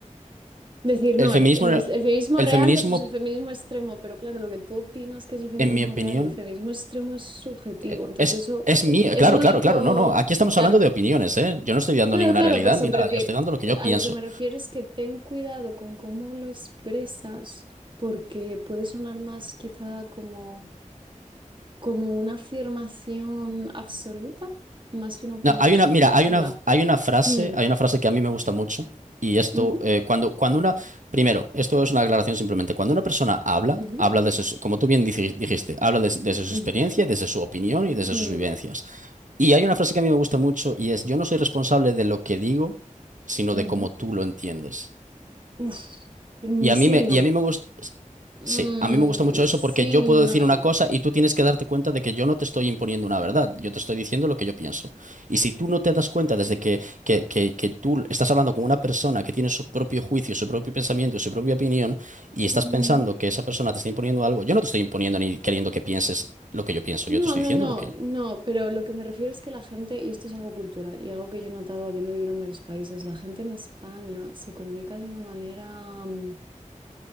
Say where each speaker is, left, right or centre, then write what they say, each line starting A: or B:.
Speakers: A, on the right (about 35°); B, on the right (about 70°).
A: Decir, no,
B: El feminismo,
A: el, el- el feminismo
B: el
A: real
B: feminismo,
A: versus el feminismo extremo, pero claro, lo que tú opinas que es el feminismo
B: en mi opinión,
A: real y el feminismo extremo es subjetivo,
B: eh,
A: entonces
B: es,
A: eso
B: es
A: eh,
B: mío,
A: es
B: claro,
A: el
B: claro,
A: único,
B: claro, no, no, aquí estamos
A: claro,
B: hablando de opiniones, ¿eh? Yo no estoy dando
A: claro,
B: ninguna
A: claro,
B: realidad
A: por eso,
B: ni
A: pero
B: nada,
A: que
B: yo estoy dando
A: eh,
B: lo que yo
A: a
B: pienso.
A: lo que me refiero es que ten cuidado con cómo lo expresas, porque puede sonar más quizá como, como una afirmación absoluta, más que una opinión
B: No, hay
A: subjetiva.
B: una, mira, hay una, hay una frase,
A: Hmm,
B: hay una frase que a mí me gusta mucho y esto,
A: ujú,
B: eh, cuando, cuando una, primero, esto es una aclaración simplemente, cuando una persona habla,
A: ujú,
B: habla desde, su- como tú bien dij- dijiste, habla des- desde su
A: ujú,
B: experiencia, desde su opinión y desde
A: mm,
B: sus vivencias. Y hay una frase que a mí me gusta mucho y es, yo no soy responsable de lo que digo, sino
A: ujú.
B: de cómo tú lo entiendes.
A: Uf, mm,
B: Y a
A: Sí,
B: mí me,
A: no.
B: y a mí me gusta,
A: Mm,
B: sí, a mí me gusta mucho
A: sí,
B: eso porque yo
A: no.
B: puedo decir una cosa y tú tienes que darte cuenta de que yo no te estoy imponiendo una verdad, yo te estoy diciendo lo que yo pienso. Y si tú no te das cuenta desde que, que, que, que tú estás hablando con una persona que tiene su propio juicio, su propio pensamiento, y su propia opinión, y estás
A: Mm,
B: pensando que esa persona te está imponiendo algo, yo no te estoy imponiendo ni queriendo que pienses lo que yo pienso,
A: no,
B: yo te estoy
A: no,
B: diciendo
A: no,
B: lo que...
A: no, pero lo que me refiero es que la gente, y esto es algo cultural y algo que yo he notado habiendo vivido en varios países, la gente en España se comunica de una manera, mm,